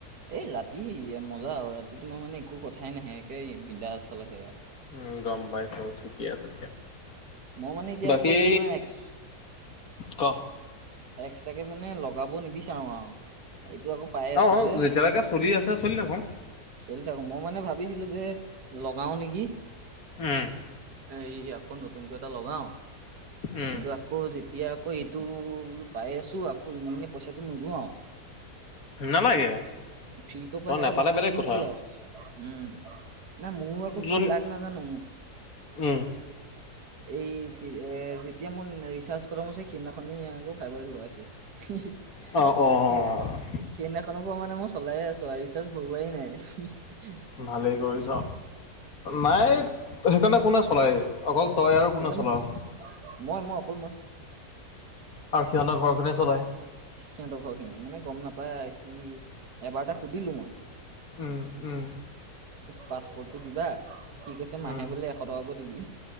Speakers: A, on the right (about 85°); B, on the left (about 65°).
A: এ ৰাতি মজা আৰু ৰাতি তোমাৰ মানে একো কথাই নাহে একে বিধা আ চালে সে আৰু
B: উম গম পাইছব ঠিকে আছে।
A: মই মানে এতিয়া
B: বাকী
A: আকৌ তোমাৰ এক্স
B: ক,
A: এক্সট্ৰাকে মানে লগাব নিবিচাৰো আৰু। এইটো আকৌ পাই
B: অ
A: আছো যে
B: যেতিয়ালৈকে চলি আছে চলি থাকক
A: চলি থাকো মই মানে ভাবিছিলো যে। লগাও নেকি
B: উম
A: এই আকৌ নতুন নতুনকৈ এটা লগাও
B: উম
A: কিন্তু আকৌ যেতিয়া আকৌ এইটো বোলো পাই আছো আকৌ ইমানকে পইচাটো নোযোৱাও
B: নালাগে
A: ফ্ৰীকৈ
B: তই
A: পাই থকা
B: নাপালে
A: বস্তুটোনো
B: বেলেগ কথা
A: কি আৰু উম, না মোৰো আকৌ
B: যোন
A: কি লাাগ নাজানো
B: উম
A: এই। এ যেতিয়া মোৰ ৰিচাৰ্জ কৰা মোৰ যে সেইদিনাখনে ই আকৌ ফাইবাৰত লগাইছে। সেই
B: অ', অ',
A: সেইদিখনৰ পৰা মানে মই চলাইে আছো আৰু ৰিচাৰ্জ ভৰোৱাই নাই।
B: ভালেই কৰিছ নাই
A: এ,
B: সেইকাৰণে কোনে চলায় অকল। তই আৰু
A: সেইকাৰণে
B: কোনে চলাও
A: মই- মই অকল মই
B: আৰু সিহঁতৰ ঘৰখনে চলায়।
A: সিহঁতৰ ঘৰখিনি মানে গম নাপায় সি এবাৰ এটা সুধিলো মই।
B: উম উম
A: পাছপোৰ্টটো দিবা সি কৈছে মাহে
B: উম,
A: বোলে এশ টকাকো দিবি